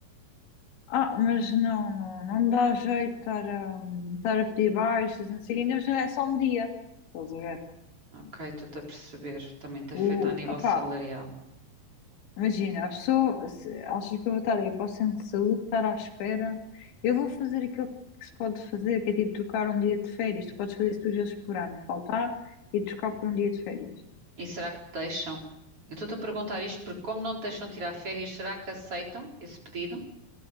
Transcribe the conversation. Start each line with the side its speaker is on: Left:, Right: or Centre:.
Left: ah, mas não, não, não dá jeito estar a, estar a pedir baixas, não sei, o quê, ainda por cima é só um dia, estás a ver?
Right: Ok, estou-te a perceber. Também te afeta
Left: O,
Right: a nível
Left: opá,
Right: salarial.
Left: imagina, a pessoa se acha que eu vou estar aí para o centro de saúde, estar à espera, eu vou fazer aquilo que se pode fazer, que é tipo trocar um dia de férias, tu podes fazer isso duas vezes por ano, faltar e trocar por um dia de férias.
Right: E será que te deixam? Eu estou-te a perguntar isto porque, como não te deixam tirar férias, será que aceitam esse pedido?